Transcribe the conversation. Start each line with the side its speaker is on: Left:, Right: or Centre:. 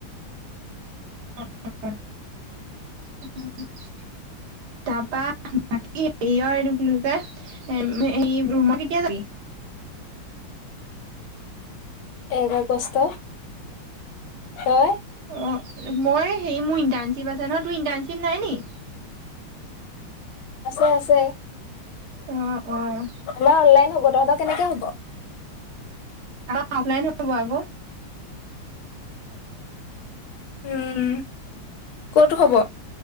Right: <unintelligible> তাৰপৰা, বাকী হেৰিয়ৰ এইটো কি বোলি কয় <unintelligible> হেৰি ৰুমত কেতিয়া যাবি?
Left: এক আগষ্ট, তই?
Right: অ', মই, হেৰি মোৰ ইণ্টাৰ্ণশ্বিপ আছে নহয়, তোৰ ইণ্টাৰ্ণশ্বিপ নাই নেকি?
Left: আছে, আছে।
Right: অ', অ'।
Left: আমাৰ অনলাইন হ'ব, তহঁতৰ কেনেকে হ'ব।
Right: আমাৰ অফলাইন হ'ব আকৌ।
Left: উম, ক'ত হব?